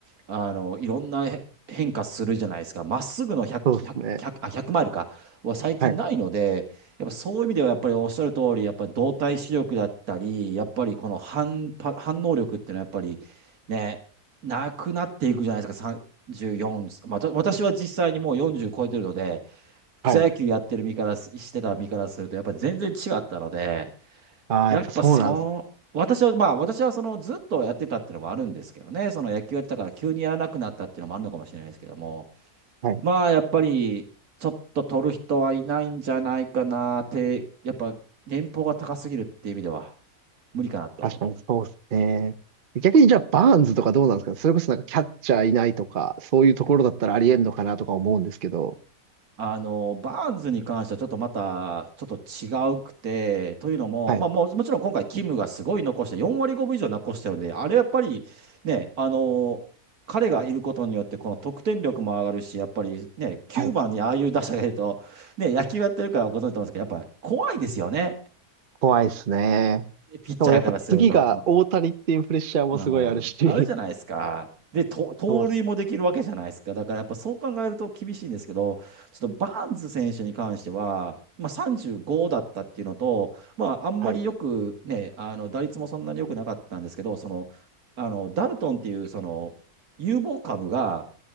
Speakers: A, on the right; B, on the right.
A: あの、いろんなへ変化するじゃないですか。まっすぐの100、
B: そうですね。
A: 100、1あ、100マイルか、は最近ないので、
B: はい。
A: やっぱそういう意味ではやっぱりおっしゃる通り、やっぱり動体視力だったり、やっぱりこの反、反応力っていうのはやっぱりね、なくなっていくじゃないですか。44まあ、と私は実際にもう40超えてるので、草野球やってる身からす、
B: はい。
A: してた身からすると、やっぱ全然違ったので、
B: ああ、
A: やっぱそう、
B: やっぱそうなんです。
A: 私は、まあ私はそのずっとやってたっていうのもあるんですけどね、その野球やってたから急にやらなくなったっていうのもあるのかもしれないですけども、
B: はい
A: まあやっぱり、ちょっと取る人はいないんじゃないかなって、やっぱ年俸が高すぎるっていう意味では無理かなと思ってます。
B: 確かにそうですね。逆にじゃあ、バーンズとかどうなんですかそれこそなんかキャッチャーいないとか、そういうところだったらありえんのかなとか思うんですけど。
A: あの、バーンズに関してはちょっとまた、ちょっと違うくて、というのも、
B: はい、
A: まあもう、もちろん今回、キムがすごい残して、4割5分以上残してるんで、あれやっぱりね、あの、彼がいることによって、この得点力も上がるし、やっぱりね、9番にああいう打者がいると、
B: はい。
A: ね、野球やってるからご存知と思うんですけど、やっぱり怖いですよね、
B: 怖いですね。
A: ピッチャーからすると。
B: しかもやっぱ次が大谷っていうプレッシャーもすごいあるし。
A: うん、あるじゃないですか。で、と盗塁もできるわけじゃないですか。
B: <laughs> そうっす。
A: だからやっぱそう考えると厳しいんですけど、ちょっとバーンズ選手に関しては、まあ、35だったっていうのと、まあ、あんまりよくね、
B: はい、
A: あの打率もそんなに良くなかったんですけど、その、あのダルトンっていうその有望株が